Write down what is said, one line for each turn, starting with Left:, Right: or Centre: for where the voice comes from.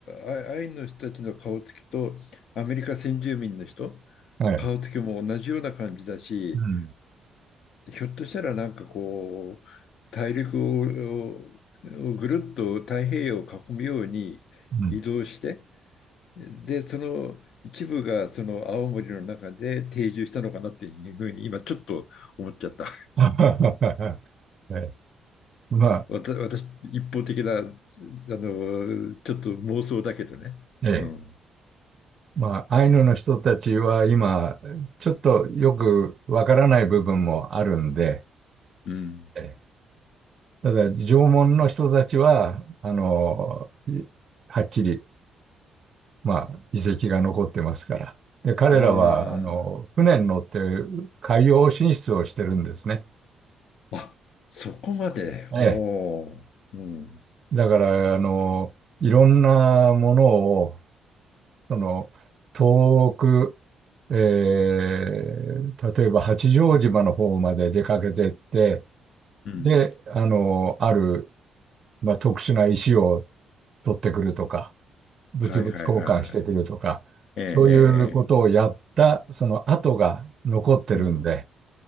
Left: あアイヌの人たちの顔つきとアメリカ先住民の人、
Right: はい、
Left: 顔つきも同じような感じだし、
Right: うん、
Left: ひょっとしたらなんかこう、大陸ををぐるっと太平洋を囲むように移動して、
Right: うん。
Left: で、その一部がその青森の中で定住したのかなっていうふうに今ちょっと思っちゃった。
Right: <laughs> ええ、まあ、
Left: わた私、一方的な、あの、ちょっと妄想だけどね。
Right: ええ、
Left: うん。
Right: まあ、アイヌの人たちは今、ちょっとよくわからない部分もあるんで、
Left: うん。
Right: ええただ、縄文の人たちは、あの、はっきりまあ、遺跡が残ってますから。で、彼らは、
Left: あ
Right: あの、船に乗って海洋進出をしてるんですね。
Left: あ、あ、そこまで。
Right: ええ。
Left: おお。うん。
Right: だから、あの、いろんなものを、その、遠く、えー例えば八丈島の方まで出かけてって、
Left: うん。
Right: で、あの、ある、まあ、特殊な石を取ってくるとか、物々交換してくるとか、
Left: はいはいはいはい。ええええ。
Right: そういうことをやった、
Left: ええ
Right: その跡が残ってるんで、
Left: うん。